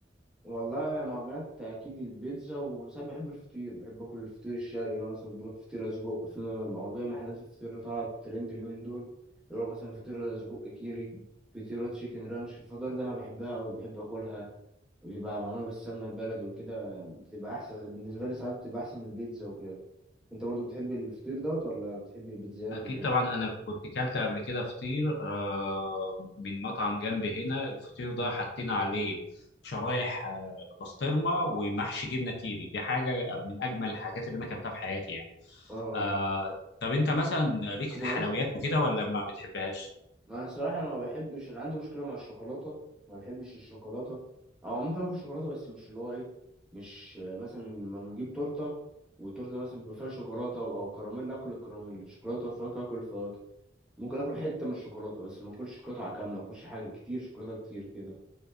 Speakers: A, in the centre; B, on the left.
A: والله معجنات أكيد البيتزا وساعات بحب الفطير بحب آكل الفطير الشرقي لو مثلا بروح فطيرة سجق في موضوع محلات الفطير طلعت ترند اليومين دول اللي هو مثلا فطيرة سجق كيري فطيرة تشيكن رانش الفطار ده أنا بحبها أوي بحب آكلها وبيبقى معمولة بالسمنة البلدي وكده بتبقى أحسن بالنسبة لي ساعات بتبقى أحسن من البيتزا وكده أنت برضو بتحب الفطير دوت ولا بتحب البيتزات
B: اكيد
A: وكده؟
B: طبعا انا كنت كلت قبل كده فطير آه من مطعم جنب هنا الفطير
A: مم.
B: ده حاطين عليه شرايح آه، بسطرمه ومحشي جبنه كيري دي حاجه من اجمل الحاجات اللي انا اكلتها في حياتي يعني
A: آه
B: آه طب انت مثلا ليك
A: كنت
B: في الحلويات وكده ولا ما بتحبهاش
A: ما أنا صراحة أنا ما بحبش أنا عندي مشكلة مع الشوكولاتة ما بحبش الشوكولاتة أو ممكن آكل شوكولاتة بس مش اللي هو إيه مش آه، مثلا لما نجيب تورتة وتورتة مثلا بيبقى فيها شوكولاتة أو أو كراميل آكل الكراميل شوكولاتة وفواكه آكل الفواكه ممكن آكل حتة من الشوكولاتة بس ما آكلش قطعة كاملة ما آكلش حاجة كتير شوكولاتة كتير كده